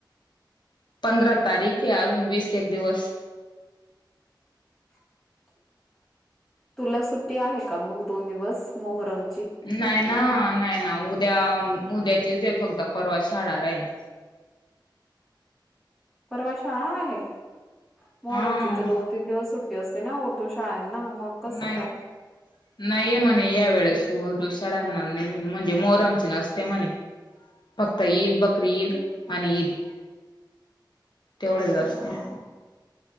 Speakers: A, on the left; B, in the centre.
A: पंधरा तारीख आहे अजून वीस एक दिवस
B: <unintelligible> तुला सुट्टी आहे का मग दोन दिवस मोहरम
A: नाही ना नाही ना उद्या उद्याचीच आहे फक्त परवा शाळा राहील.
B: परवा शाळा आहे मोहरमची
A: हा
B: तर दोन तीन दिवस सुट्टी असते ना उर्दू शाळांना. मग कसं
A: नाही
B: काय
A: नाहीये म्हणे या वेळेस. पोर दु शाळ्यांना नाही म्हणजे मोहरमची नसते म्हणे. फक्त ईद, बकरी ईद आणि ईद.
B: <inaudible>
A: तेवढेच
B: हा
A: असते.